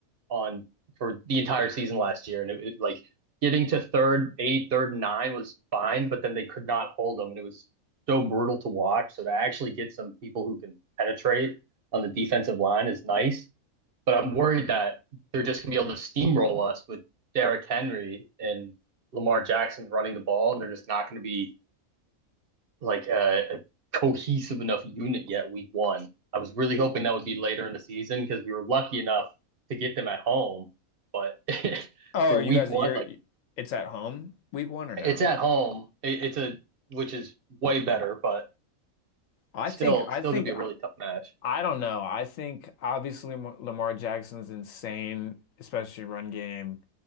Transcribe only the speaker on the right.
on for the entire season last year, and it, it- like getting to third eight, third nine was fine, but then they could not hold them, and it was so brutal to watch. So to actually get some people who can penetrate on the defensive line is nice, but I'm worried
that they're just gonna be able to steamroll us with Derrick Henry and Lamar Jackson running the ball, and they're just not going to be like a, a cohesive enough unit yet week one. I was really hoping that would be later in the season because we were lucky enough to get them at home. But <laughs>
for
week
one,
like
it's at home. It, it's a which is way better, but
still
still
gonna be a really
tough match.